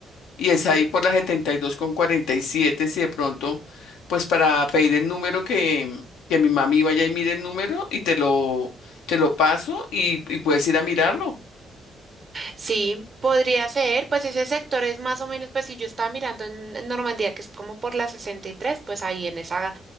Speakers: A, on the left; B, on the right.
A: y es ahí por la 72 con 47 si de pronto, pues para pedir el número que, que mi mami vaya y mire el número y te lo, te lo paso y, y puedes ir a mirarlo.
B: Sí, podría ser, pues ese sector es más o menos, pues si yo estaba mirando en, en Normandía, que es como por la 63 pues ahí en esa